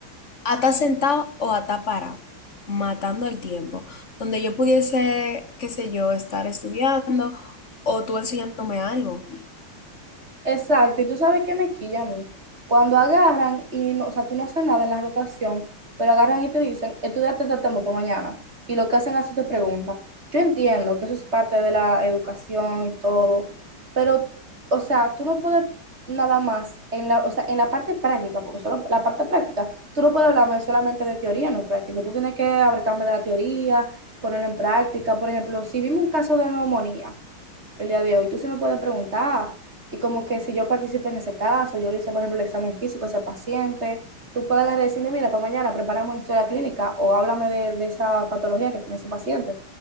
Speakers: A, on the left (about 40°); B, on the right (about 30°).
A: a estar sentado o a estar parado, matando el tiempo, donde yo pudiese, qué sé yo, estar estudiando o tú enseñándome algo.
B: Exacto, y tú sabes qué me quilla a mí. Cuando agarran y, no, o sea, tú no haces nada en la rotación, pero agarran y te dicen, estudiate este tema para mañana. Y lo que hacen es te preguntan. Yo entiendo que eso es parte de la educación y todo, pero, o sea, tú no puedes nada más, en la, o sea, en la parte práctica, porque solo la parte práctica, tú no puedes hablarme solamente de teoría, no práctico. Tú tienes que hablar de la teoría, ponerlo en práctica. Por ejemplo, si vimos un caso de neumonía, el día de hoy. Tú sí me puedes preguntar y como que si yo participé en ese caso, yo le hice, por ejemplo, el examen físico a ese paciente, tú puedes agarrar y decirme, mira, para mañana preparamos una historia clínica o háblame de, de esa patología que tiene ese paciente.